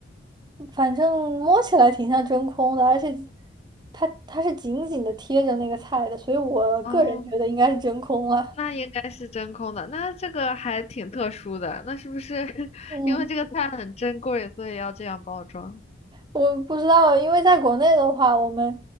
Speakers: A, on the right; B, on the left.
A: 反正摸起来挺像真空的，而且它它是紧紧的贴着那个菜的，所以我个人觉得应该是真空了。
B: 哦，那应该是真空的，那这个还挺特殊的。那是不是 <laughs>
A: <laughs> 嗯，
B: 因为这个菜很珍贵，所以要这样包装？
A: 我不知道，因为在国内的话，我们